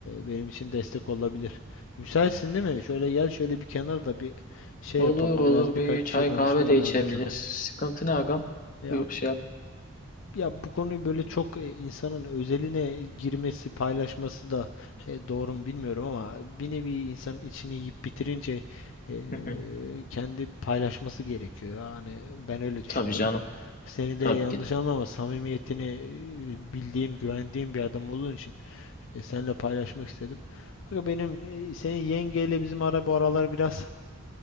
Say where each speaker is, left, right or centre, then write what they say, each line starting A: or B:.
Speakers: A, on the left; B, on the left.
A: benim için destek olabilir. Müsaitsin değil mi? Şöyle gel şöyle bir kenarda bir şey
B: Olur
A: yapalım.
B: olur
A: Biraz birkaç
B: bir
A: bir
B: çay
A: şey danışmam
B: kahve de içebiliriz.
A: lazım sana.
B: Sıkıntı ne agam?
A: Ya
B: Buyur şey yap.
A: ya bu konuyu böyle çok e, insanın özeline girmesi, paylaşması da e, doğru mu bilmiyorum ama bir nevi insanın içini yiyip bitirince e,
B: Hı hı.
A: kendi paylaşması gerekiyor. Yani ben öyle düşünüyorum.
B: Tabii canım.
A: Seni de
B: Tabii
A: yanlış
B: ki de.
A: anlama, samimiyetini e, bildiğim, güvendiğim bir adam olduğun için e, seninle paylaşmak istedim. Aga benim e, senin yengeyle bizim ara bu aralar biraz